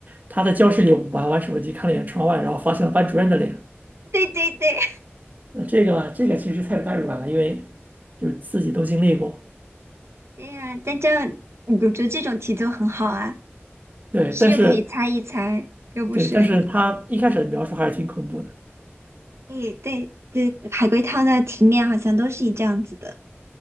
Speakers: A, on the right; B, on the right.
A: 他在教室里玩玩手机，看了一眼窗外，然后发现了班主任的脸。
B: <laughs> 对对对，
A: 那这个这个其实太有代入感了，因为就是自己都经历过。
B: 对呀、但这样我觉得这种题就很好啊，
A: 对，
B: 是又可以猜一猜，
A: 但是
B: 又不选疑。
A: 对，但是他一开始的描述还是挺恐怖的。
B: 对对，就海龟汤的题面好像都是以这样子的，